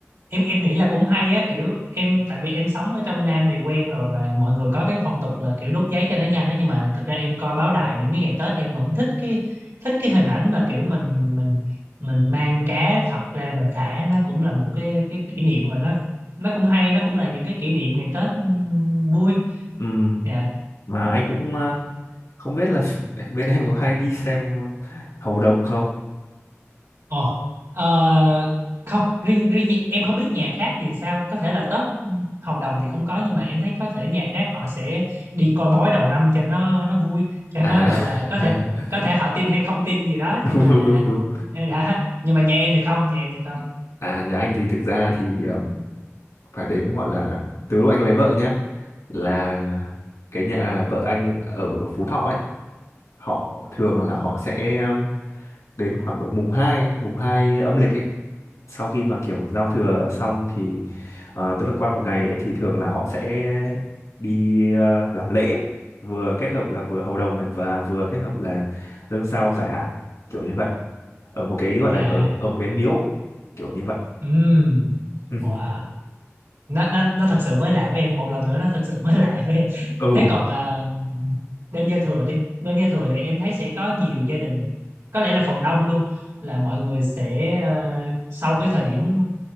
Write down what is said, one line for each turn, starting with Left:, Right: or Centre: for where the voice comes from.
Right: em em nghĩ là cũng hay á kiểu em tại vì em sống ở trong Nam này quen rồi và mọi người có cái phong tục là kiểu đốt giấy cho nó nhanh á nhưng mà thực ra em coi báo đài những cái ngày Tết em vẫn thích cái thích cái hình ảnh mà kiểu mình mình mình mang cá thật ra mình thả nó cũng là một cái cái kỷ niệm mà nó nó cũng hay nó cũng là những cái kỷ niệm ngày Tết ừm, vui
Left: Ừm,
Right: dạ
Left: mà anh cũng ờ, không biết là <laughs> bên em có hay đi xem hầu đồng không
Right: Ồ, ờ, không riêng riêng nhạc- em không biết nhà khác thì sao có thể là Tết Hầu Đồng thì không có nhưng mà em thấy có thể nhà khác họ sẽ đi coi bói đầu năm cho nó nó vui cho
Left: à
Right: nó gọi
Left: <laughs>
Right: là có thể có thể họ tin hay không tin gì đó
Left: đúng
Right: nhưng mà
Left: đúng đúng đúng
Right: <laughs> đã nhưng mà nhà em thì không nhà em thì không
Left: à nhà anh thì thực ra thì ờ, phải đến gọi là từ lúc anh lấy vợ nhá là cái nhà vợ anh ở Phú Thọ ấy họ thường là họ sẽ um, đến khoảng độ mùng 2 ấy, mùng 2 âm lịch ấy sau khi mà kiểu giao thừa xong thì ờ, tức là qua một ngày ấy, thì thường là họ sẽ đi ờ, làm lễ vừa kết hợp là vừa hầu đồng này và vừa kết hợp là dâng sao giải hạn kiểu như vậy ở một cái gọi
Right: à
Left: là ở ở một cái miếu kiểu như vậy
Right: ừm,
Left: <laughs>
Right: wow nó nó nó thật sự mới lạ với em một lần nữa nó thật sự mới <laughs> lạ với em
Left: ừ
Right: thế còn à, đêm giao thừa đi đêm giao thừa thì em thấy sẽ có nhiều gia đình có lẽ là phần đông luôn là mọi người sẽ ờ, sau cái thời điểm